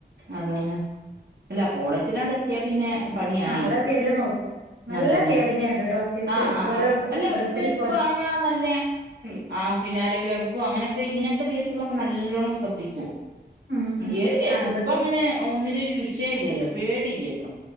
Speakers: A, on the right (about 60°); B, on the right (about 85°).
A: അതന്നെ അല്ല കോളേജിലാണ്ട എത്തിയാ പിന്നെ പണിയായി
B: ആഹ് അവിടെത്തി എല്ലാം നോക്കും നല്ല
A: അതന്നെ
B: കെയറിങ് ആണ് ഡോക്ടേഴ്സ്
A: ആഹ ആഹ്
B: ഓരോ
A: ആഹ് അല്ല
B: ഓരോരുത്തർക്കും
A: <unintelligible>
B: ഓരോ
A: <unintelligible> ആ പിന്നെ ആരോഗ്യ വകുപ്പ അങ്ങനക്കെ ഇങ്ങനത്തെ കേസുകളൊക്കെ നല്ല നല്ലോണം ശ്രെദ്ദിക്കും
B: ഉം ഉം
A: ഏത് കേസും
B: ആഹ് നമ്മക്ക്
A: ഇപ്പൊ അങ്ങനെ ഒന്നിനൊരു വിഷയല്ലല്ലോ പേടിയില്ലല്ലോ